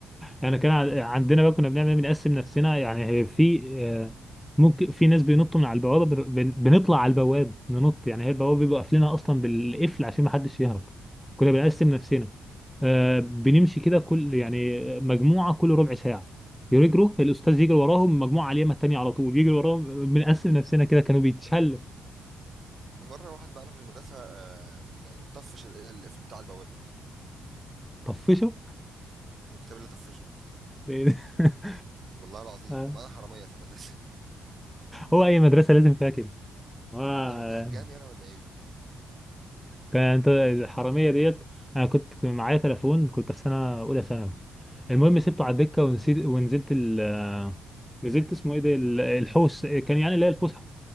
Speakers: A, in the centre; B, on the right (about 45°).
A: احنا كان عن- عندنا بقى كنا بنعمل بنقسم نفسنا يعني هي في آه، ممكن في ناس بينطوا من على البوابه بن- بن- بنطلع على البواب ننط يعني هي البوابه بيبقوا قافلينها اصلا بالقفل عشان ما حدش يهرب كنا بنقسم نفسنا آه، بنمشي كده كل يعني مجموعه كل ربع ساعه يجروا الاستاذ يجري وراهم مجموعه على اليمه التانيه على طول يجري وراهم بنقسم نفسنا كده كانوا بيتشلوا
B: مرة واحد بقى في المدرسة آه، آه، طفش ال- القفل بتاع البوابة
A: طفشه
B: الكتاب اللي طفشه
A: ده- <laughs>
B: والله العظيم
A: آه.
B: كان معانا حرامية في المدرسة
A: هو اي مدرسه لازم فيها كده
B: <laughs>
A: آه.
B: والله وانت هتجامي انا ولا ايه؟
A: كانت الحراميه ديت انا كنت معايا تليفون كنت في سنه اولى ثانوي المهم سبته على الدكه ونسيت ونزلت ال آه، نزلت اسمه ايه ده ال- الحوش كان يعني اللي هي الفسحه